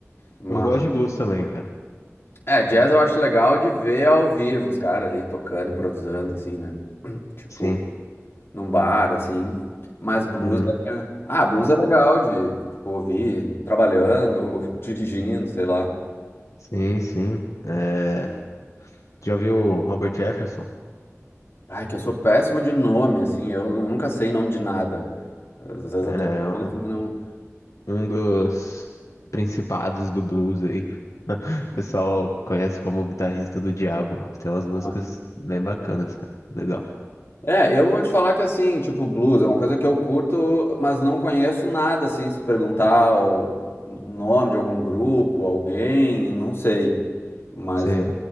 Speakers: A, on the left; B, on the left.
A: Mas,
B: Eu gosto de blues também, cara.
A: é, jazz eu acho legal de ver ao vivo os caras ali tocando, improvisando, assim, né? Tipo,
B: Sim.
A: num bar, assim. Mas blues
B: Uhum.
A: é... Ah, blues é legal de, tipo, ouvir trabalhando, <laughs> dirigindo, sei lá.
B: Sim, sim. É... Já viu o Robert Jefferson?
A: Ai, que eu sou péssimo de nome, assim, eu nunca sei nome de nada. Às vezes
B: Cara,
A: até
B: é
A: conheço,
B: um
A: mas não.
B: um dos principados do blues aí. <laughs> O pessoal conhece como o guitarrista do Diabo. Tem umas músicas
A: Ah,
B: bem bacanas, cara. Legal.
A: É, eu vou te falar que assim, tipo, blues é uma coisa que eu curto, mas não conheço nada, assim, se perguntar o nome de algum grupo, alguém, não sei. Mas,
B: Sei,
A: eu,